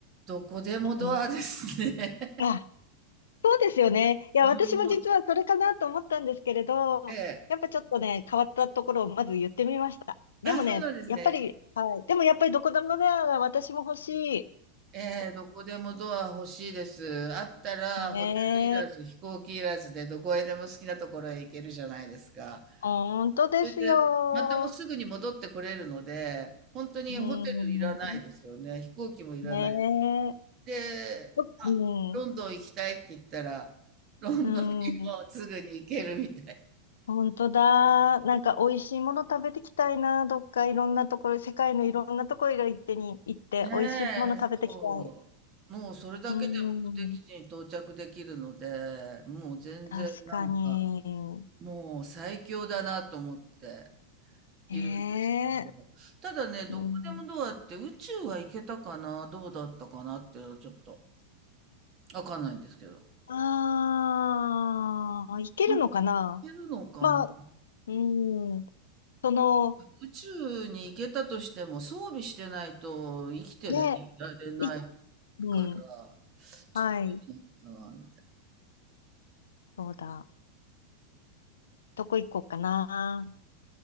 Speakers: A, on the right; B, on the left.
A: どこでもドアですね。
B: うん。あ、そうですよね。いや、
A: うん、
B: 私も実はそれかなと思ったんですけれど、
A: <laughs> もうええ。
B: やっぱちょっとね、変わったところをまず言ってみました。でもね、
A: あ、そうなんですね。
B: やっぱり、はい。でもやっぱりどこでもドアが私も欲しい。
A: ええ、どこでもドア欲しいです。あったらホテルいらず、
B: ねえ、
A: 飛行機いらずでどこへでも好きなところへ行けるじゃないですか。
B: 本当ですよ。
A: それで、またもうすぐに戻ってこれるので、本当にホテルいらないですよね。
B: うん。
A: 飛行機もいらない。
B: ねえ。
A: で、
B: う
A: あ、ロンドン行きたいって言ったら、
B: ん。
A: ロンドンにもすぐに行けるみたい。
B: うん。本当だ。なんか美味しいもの食べてきたいな。どっかいろんなところ、世界のいろんなところ行ってに行って美味しいもの食べてきたい。
A: ねえ、そう。もうそれだけで目的地に到着できるので、
B: うん。
A: もう全然なんか、
B: 確かに。
A: もう最強だなと思っているんですけど、
B: ええ
A: ただね、どこでもどうやって宇宙は行けたかな、
B: うん。
A: どうだったかなっていうのはちょっと。わかんないんですけど。
B: ああ、いけるのかな。
A: うん。いけるのかな
B: まあ、うん。その、
A: 宇宙に行けたとしても装備してないと生きていられない
B: ね、い、うん。
A: から、ちょっといいのかな、
B: はい。
A: みたい
B: そうだ。どこ行こうかな。